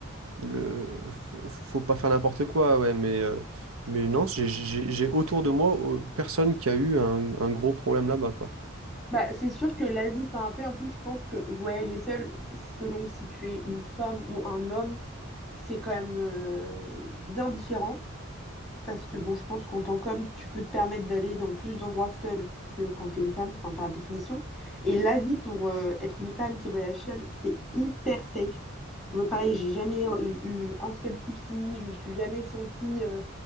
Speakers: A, on the right (about 85°); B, in the centre.
A: le... Faut, faut- faut pas faire n'importe quoi, ouais. Mais, euh, mais non, j'ai j'ai- j'ai autour de moi euh, personne qui a eu un, un gros problème là-bas, quoi.
B: Bah, c'est sûr que l'Asie, enfin, après, en plus, je pense que voyager seul, selon si tu es une femme ou un homme, c'est quand même euh, bien différent. Parce que bon, je pense qu'en tant qu'homme, tu peux te permettre d'aller dans plus d'endroits seul que quand t'es une femme, enfin par définition. Et l'Asie, pour euh, être une femme qui voyage seule, c'est hyper safe. Moi, pareil, j'ai jamais eu, eu un seul souci, je me suis jamais sentie euh,